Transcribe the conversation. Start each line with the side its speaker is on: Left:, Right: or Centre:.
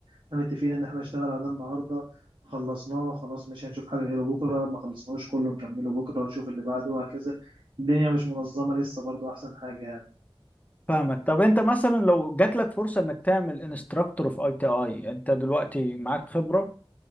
Right: احنا متفقين ان احنا نشتغل على ده النهارده خلصناه خلاص مش هنشوف حاجة غيره بكرة ما خلصناهوش كله نكمله بكرة ونشوف اللي بعده وهكذا الدنيا مش منظمة لسه برضو أحسن حاجة يعني
Left: فاهمك طب انت مثلا لو جات لك فرصه انك تعمل انستراكتور في اي تي اي انت دلوقتي معاك خبره